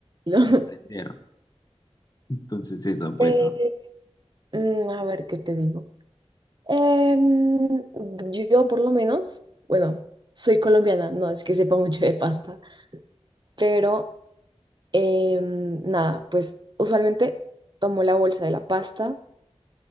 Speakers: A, on the right (about 40°); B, on the left (about 35°).
A: No.
B: entender. Entonces eso, pues,
A: Pues,
B: ¿no?
A: mm, a ver, ¿qué te digo? Em, yo por lo menos, bueno, soy colombiana, no es que sepa mucho de pasta, pero em, nada, pues usualmente tomo la bolsa de la pasta,